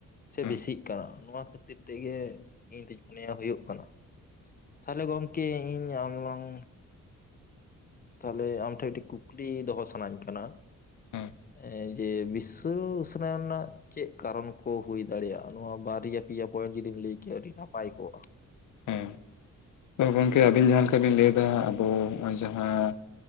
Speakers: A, on the left (about 30°); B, on the left (about 80°).
A: ᱥᱮ
B: ᱦᱮᱸ
A: ᱵᱮᱥᱤᱜ ᱠᱟᱱᱟ ᱱᱚᱣᱟ ᱠᱷᱟᱹᱛᱤᱨ ᱛᱮᱜᱮ ᱤᱧ ᱫᱩᱧ ᱢᱚᱱᱮᱭᱟ ᱦᱩᱭᱩᱜ ᱠᱟᱱᱟ ᱾ ᱛᱟᱦᱚᱞᱮ ᱜᱚᱢᱠᱮ ᱤᱧ ᱟᱢ ᱞᱟᱝ ᱛᱟᱦᱞᱮ ᱟᱢ ᱴᱷᱮᱱ ᱢᱤᱫᱴᱤᱡ ᱠᱩᱠᱞᱤ ᱫᱚᱦᱚ ᱥᱟᱱᱟᱧ ᱠᱟᱱᱟ ᱾
B: ᱦᱮᱸ
A: ᱮᱸ ᱡᱮ ᱵᱤᱥᱥᱚ ᱩᱥᱱᱟᱭᱚᱱ ᱨᱮᱱᱟᱜ ᱪᱮᱫ ᱠᱟᱨᱚᱱ ᱠᱚ ᱦᱩᱭ ᱫᱟᱲᱮᱭᱟᱜᱼᱟ ᱱᱚᱣᱟ ᱵᱟᱨᱭᱟ ᱯᱮᱭᱟ ᱯᱚᱭᱮᱱᱴ ᱡᱩᱫᱤᱢ ᱞᱟᱹᱭ ᱠᱮᱭᱟ ᱟᱹᱰᱤ ᱱᱟᱯᱟᱭ ᱠᱚᱜᱼᱟ? <unintelligible>
B: ᱦᱮᱸ ᱛᱚ ᱜᱚᱝᱠᱮ ᱟᱹᱵᱤᱱ ᱡᱟᱦᱟᱸ ᱞᱮᱠᱟ ᱵᱤᱱ ᱞᱟᱹᱭᱮᱫᱟ ᱟᱵᱚ ᱦᱚᱜᱼᱚᱭ ᱡᱟᱦᱟᱸ